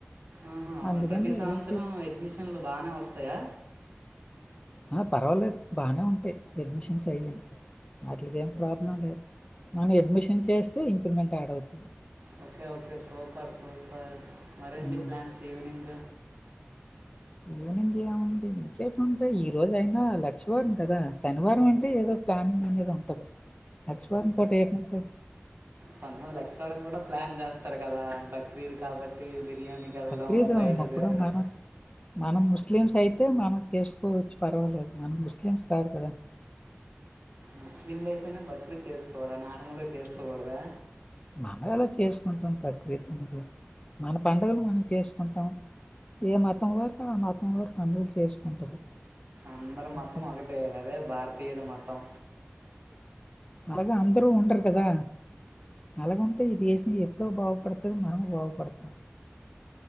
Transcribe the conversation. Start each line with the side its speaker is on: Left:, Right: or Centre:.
Right: ఆహా అవును
Left: అందుకని
Right: ప్రతి సంవత్సరం
Left: ఇలాంటి
Right: అడ్మిషన్లు బానే వస్తాయా
Left: హా పర్వాలేదు బాగానే ఉంటాయి అడ్మిషన్స్ అయ్యాయి, వాటికి ఏం ప్రాబ్లం లేదు, మనం అడ్మిషన్ చేస్తే ఇంక్రిమెంట్ అడ్ అవుతుంది.
Right: ఓకే ఓకే సూపర్ సూప్ బ మరేంటి
Left: ఉమ్.
Right: ప్లాన్స్ ఈవినింగ్
Left: ఈవనింగ్ ఏముంది ఇంకేట్ ఉంటే ఈ రోజ అయినా లక్ష్మవారం కదా, శనివారం అంటే ఏదో ప్లానింగ్ అనేది ఉంటది. లక్ష్మీవారం పూట ఏముంటాయి
Right: పంతొమ్మిది లక్ష వరకు కూడా ప్లాన్ చేస్త్ చెస్తారు కదా బక్రీద్ కాబట్టి బిర్యానీకి వెళ్ళడం
Left: బక్రీద్
Right: బయట
Left: ఇప్పుడు
Right: తిరగడం
Left: మనం మనం ముస్లిమ్స్ అయితే మనం చేసుకోవచ్చు పర్వాలేదు మనం ముస్లిమ్స్ కాదు కదా.
Right: ముస్లింలు అయితేనే బక్రీద్ చేసుకోవాలని తములు చేసుకోకూడదా?
Left: మనగలో చేసుకుంటాం ప్రక్రీతి అనేది మన పండుగలు మనం చేసుకుంటాం ఏ మతం వరకు ఆ మతం వర పండుగలు చేసుకుంటారు
Right: అందరు మొత్తం
Left: అంతే
Right: ఒకటే అదే భారతీయులు అనమాట కుత్తం
Left: అలాగ అందరూ ఉండరు కదా అలాగంటే ఈ దేశం ఎప్పుడో బాగుపడుతుంది మనం బాగుపడతాం